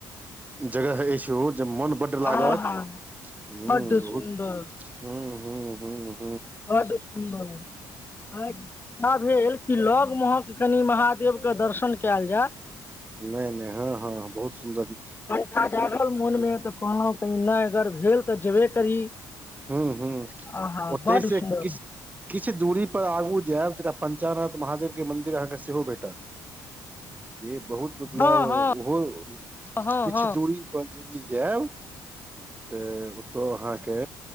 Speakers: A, on the right; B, on the left.
A: जगह <unintelligible> ओ जे मन बड्ड लागत
B: आ हा
A: हू
B: बड्ड
A: बहुत
B: सुन्दर
A: हू-हू-हू
B: बड सुन्दर आ इच्छा भेल कि लग महक कनि महादेवके दर्शन केल जाय।
A: नहि नहि हँ-हँ बहुत सुन्दर
B: कंठा जागल मोनमे तऽ कहलहु कनी नहि अगर भेल तऽ जेबे करी।
A: हू-हू
B: आहा
A: ओतहिसँ
B: बड्ड सुन्दर
A: किछ किछ दूरी पर आगू जेब तरा पञ्चानाथ महादेव के मन्दिर अहाँके सेहो भेटत। जे बहुत मतलब
B: हँ हँ
A: ओहो
B: हँ
A: किछ
B: हँ
A: दूरी पंचयदि जायब तऽ ओतौ अहाँके